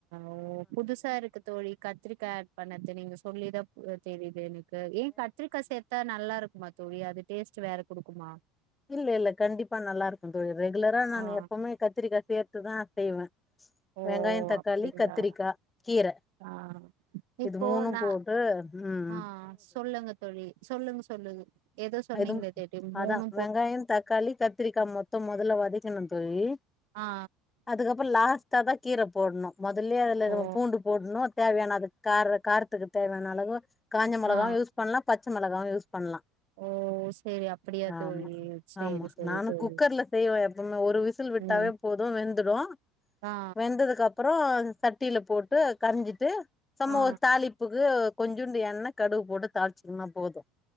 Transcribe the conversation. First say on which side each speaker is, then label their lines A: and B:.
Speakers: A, on the right; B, on the left.
A: ஓ புதுசா இருக்கு தோழி கத்திரிக்கா ஆட் பண்ணது நீங்க சொல்லித்தா தெரியுது எனக்கு ஏ கத்திரிக்காய் சேர்த்தா நல்லா இருக்குமா தோழி அது டேஸ்ட் வேற கொடுக்குமா
B: இல்ல இல்ல கண்டிப்பா நல்லா இருக்கும் தோழி ரெகுலரா நாங்க
A: ஆ
B: எப்பவுமே கத்திரிக்கா சேர்த்துதா செய்வ
A: ஓ
B: வெங்காய தக்காளி
A: அப்டிங்களா
B: கத்திரிக்கா கீர
A: ஆ இப்போ
B: இது மூணு
A: நா
B: போட்டு ம்
A: ஆ சொல்லுங்க தோழி சொல்லுங்க சொல்லுங்க ஏதோ சொன்னீங்களே
B: இது
A: தேர்டி
B: அதா
A: மூணு
B: வெங்காய தக்காளி கத்திரிக்கா மொத்தம் முதல்ல வதக்கணும் தோழி
A: ஆ
B: அதுக்கப்பற லாஸ்ட்டா தா கீர போடணு முதல்லே அதுல
A: ஓ
B: நம்ம பூண்டு போடணும் தேவையான அது கார காரத்துக்கு தேவையான அளவு காஞ்ச மிளகா
A: ஆ
B: யூஸ் பண்லா பச்ச மிளகாவு யூஸ் பண்லா
A: ஓ சேரி அப்டியா
B: ஆமா
A: தோழி செரி
B: ஆமா
A: செரி
B: நானு
A: தோழி
B: குக்கர்ல செய்வ எப்பவுமே ஒரு விசில் விட்டாவே
A: ம்
B: போதும் வெந்துரும்
A: ஆ
B: வெந்ததுக்கு அப் அப்பறசட்டியில போட்டு கரைஞ்சிட்டு சம
A: ஆ
B: ஒரு தாளிப்புக்கு கொஞ்சண்டு எண்ணெ கடுவு போட்டு தாளச்சிக்கந்தா போதும்